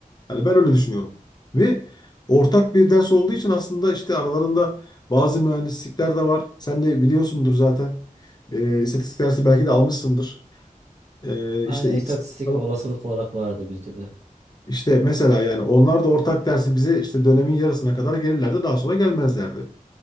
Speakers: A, on the left; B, on the right.
A: Hani ben öyle düşünüyorum. Ve ortak bir ders olduğu için aslında işte aralarında bazı mühendislikler de var. Sen de biliyorsundur zaten. Ee, istatistik dersi belki de almışsındır. Ee,
B: Aynen
A: işte
B: istatistik
A: iktisat da
B: ve
A: var.
B: olasılık olarak vardı bizde de.
A: İşte mesela yani onlar da ortak dersi bize işte dönemin yarısına kadar gelirlerdi. Daha sonra gelmezlerdi.